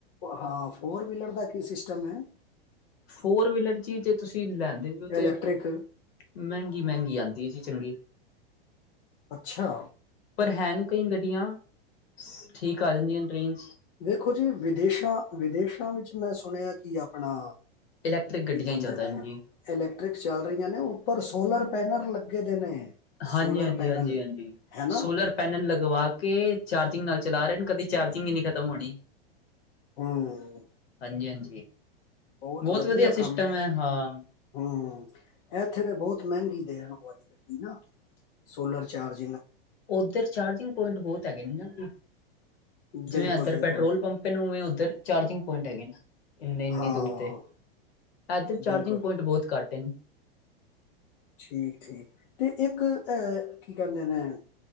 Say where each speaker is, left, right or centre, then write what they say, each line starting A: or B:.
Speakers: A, on the left (about 60°); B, on the left (about 80°).
A: ਹਾਂ ਫੋਰ ਵੀਲਰ ਦਾ ਕੀ ਸਿਸਟਮ ਹੈ।
B: ਫੋਰ ਵੀਲਰ ਜੀ ਜੇ ਤੁਸੀਂ ਲੈਂਦੇ ਵੀ ਹੋ ਤੇ
A: ਇਲੈਕਟ੍ਰਿਕ
B: ਮਹਿੰਗੀ ਮਹਿੰਗੀ ਆਦੀ ਹੈ ਜੀ, ਚੰਗੀ,
A: ਅੱਛਾ,
B: ਹੈਨ ਕਈ ਗੱਡੀਆਂ ਠੀਕ ਆ ਜਾਂਦੀਆਂ ਟਰੇਨ,
A: ਵੇਖੋ ਜੀ ਵਿਦੇਸ਼ਾਂ, ਵਿਦੇਸ਼ਾਂ ਵਿੱਚ ਮੈਂ ਸੁਣਿਆ ਕਿ ਆਪਣਾ,
B: ਇਲੈਕਟ੍ਰਿਕ ਗੱਡੀਆਂ
A: ਕੀ ਕਹਿੰਦੇ
B: ਹੀ ਜ਼ਿਆਦਾ
A: ਨੇ
B: ਹਨ ਜੀ
A: ਇਲੈਕਟ੍ਰਿਕਸ ਚੱਲ ਰਹੀਆਂ ਨੇ ਉੱਪਰ ਸੋਲਰ, ਪੈਨਲ ਲੱਗੇ ਦੇ ਨੇ,
B: ਹਾਂਜੀ-ਹਾਂਜੀ-ਹਾਂਜੀ-ਹਾਂਜੀ,
A: ਸੋਲਰ ਪੈਨਲ ਹੈ ਨਾ
B: ਸੋਲਰ ਪੈਨਲ ਲਗਵਾ ਕੇ ਚਾਰਜਿੰਗ ਨਾਲ ਚਲਾ ਰੇ ਨੇ ਕਦੀ ਚਾਰਜਿੰਗ ਹੀ ਨੀ ਖਤਮ ਹੋਣੀ।
A: ਹੂੰ।
B: ਹਂਜੀ ਹਾਂਜੀ।
A: ਬੌਤ
B: ਬਹੁਤ
A: ਵਧੀਆ
B: ਸਿਸਟਮ
A: ਕੰਮ ਏ।
B: ਹੈ ਹਾਂ
A: ਹੂੰ, ਐਥੇ ਤੇ ਬੌਤ ਮੈੰਗੀ ਦੇ ਆ। ਨਿਓ ਵਾਲੀ ਗੱਡੀ ਨਾ ਸੋਲਰ ਚਾਰਜ
B: ਔਧਰ ਚਾਰਜਿੰਗ ਪੋਇੰਟ ਬੌਤ ਹੈਗੇ ਨੇ ਨਾ। ਜਿਵੇਂ
A: ਬਿਲਕੁਲ
B: ਐਧਰ
A: ਬਿਲਕੁਲ
B: ਪੈਟਰੋਲ ਪੰਪੇ ਨੇ ਉਵੇਂ ਔਧਰ ਚਾਰਜਿੰਗ ਪੌਇੰਟ ਹੈਗੇ ਨੇ, ਇੰਨੇ ਇੰਨੀ
A: ਹਾਂ
B: ਦੂਰ ਤੇ। ਐਧਰ ਚਾਰਜਿੰਗ
A: ਬਿਲਕੁਲ
B: ਪੌਇੰਟ ਬੌਤ ਘੱਟ ਏਨ।
A: ਠੀਕ ਠੀਕ, ਤੇ ਇੱਕ ਅ ਕੀ ਕੈੰਦੇ ਨੇ